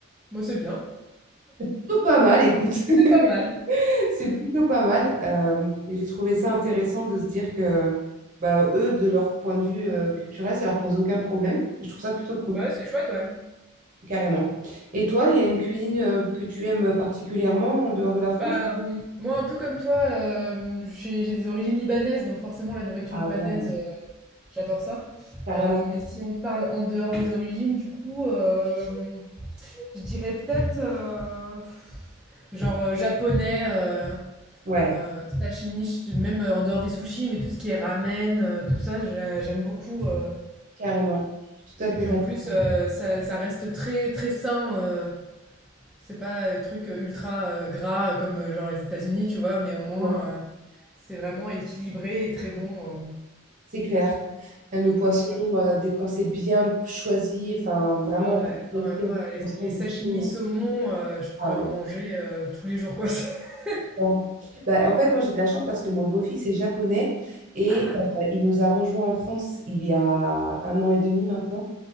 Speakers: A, in the centre; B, on the right (about 40°).
A: moi c'est bien,
B: Plutôt pas mal, écoute.
A: c'est pas mal.
B: <laughs> C'est plutôt pas mal. Euh, et j'ai trouvé ça intéressant de se dire que bah, eux, de leur point de vue euh, culturel, ça leur pose aucun problème. Et je trouve ça plutôt cool,
A: Bah, ouais, c'est chouette, ouais.
B: carrément. Et toi, il y a une cuisine euh, que tu aimes particulièrement en dehors de la France?
A: Bah, euh, moi, un peu comme toi, euh, j'ai j'ai des origines libanaises, donc forcément, la nourriture
B: Ah
A: libanaise,
B: ouais,
A: euh, j'adore ça.
B: carrément.
A: Euh, mais si on parle en dehors des origines, du coup, euh, je dirais peut-être euh, genre euh, japonais. euh,
B: Ouais,
A: Euh, sashimi, je- même euh, en dehors des sushis, mais tout ce qui est ramen, euh, tout ça, j'a- j'aime beaucoup. euh.
B: carrément. Je suis tout à
A: Et
B: fait
A: puis
B: d'accord.
A: en plus, euh, ça, ça reste très très sain. euh. C'est pas des trucs euh, ultra euh, gras euh, comme euh, genre les États-Unis, tu vois, mais au moins
B: Ouais.
A: euh, c'est vraiment équilibré et très bon. euh.
B: C'est clair. Le poisson,
A: Bon, ouais.
B: euh, dès quand c'est bien choisi, enfin vraiment,
A: Ah
B: t'as
A: ouais,
B: bien
A: non, mais
B: fait
A: moi, les,
B: attention
A: les
B: de
A: sashimi
B: tout.
A: saumon,
B: euh.
A: euh, je pourrais
B: Ah ouais.
A: en manger euh, tous les jours, quoi. <laughs>
B: Ouais. Bah, en fait, moi j'ai de la chance parce que mon beau-fils est japonais et
A: Ah!
B: euh, il nous a rejoints en France il y a un an et demi maintenant.